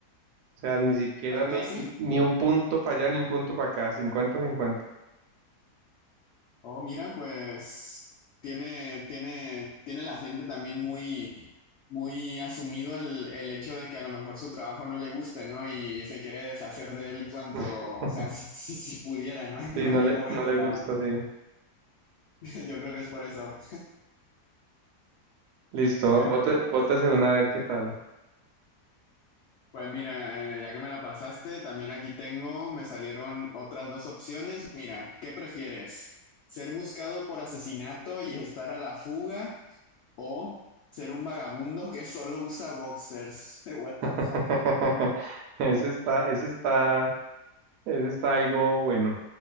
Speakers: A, on the right; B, on the left.
A: O sea, ni siquiera
B: ¿Tanto
A: ni,
B: así?
A: ni un punto para allá, ni un punto para acá, cincuenta cincuenta
B: Oh, mira, pues tiene, tiene, tiene la gente también muy, muy asumido el, el hecho de que a lo mejor su trabajo no le guste, ¿no? Y se quiere deshacer de él cuanto,
A: <laughs>
B: o sea, <laughs> si, si, si pudiera, ¿no? <laughs> En
A: Sí,
B: cualquier
A: no le,
B: momento
A: <laughs> no le
B: para...
A: gusta, sí.
B: <laughs> Yo creo que es por eso.
A: Listo,
B: Bueno,
A: bote, bótese una a ver qué tal.
B: pues mira, eh, ya que me la pasaste, también aquí tengo, me salieron otras dos opciones. Mira, ¿qué prefieres? ¿Ser buscado por asesinato y estar a la fuga? O ser un vagabundo que solo usa boxers. <laughs> What the
A: <laughs>
B: fuck.
A: Ese está, ese está, ese está algo bueno.